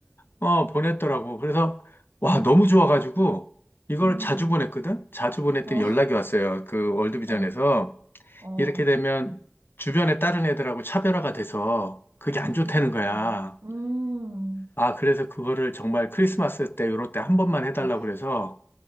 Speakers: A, on the left; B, on the right.
A: 어, 보냈더라고. 그래서, 와, 너무 좋아가지고, 이걸
B: 음.
A: 자주 보냈거든? 자주 보냈더니
B: 어,
A: 연락이 왔어요. 그 월드비전에서.
B: <laughs> 어, 어.
A: 이렇게 되면 주변에 다른 애들하고 차별화가 돼서
B: 아,
A: 그게 안
B: 그러겠다.
A: 좋다는 거야.
B: 음.
A: 아, 그래서 그거를 정말 크리스마스 때, 요럴 때 한 번만 해달라고
B: 아,
A: 그래서,